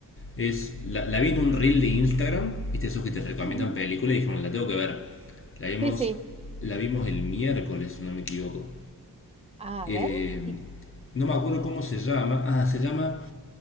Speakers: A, on the left (about 35°); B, on the right (about 15°).
A: Es, la, la vi en un reel de Instagram, viste esos que te recomiendan
B: Ujú.
A: películas y dijeron, la tengo que ver. La vimos,
B: Sí, sí.
A: la vimos el miércoles, si no me equivoco.
B: A
A: Eh,
B: ver. y-
A: no me acuerdo cómo se llama. Ah, se llama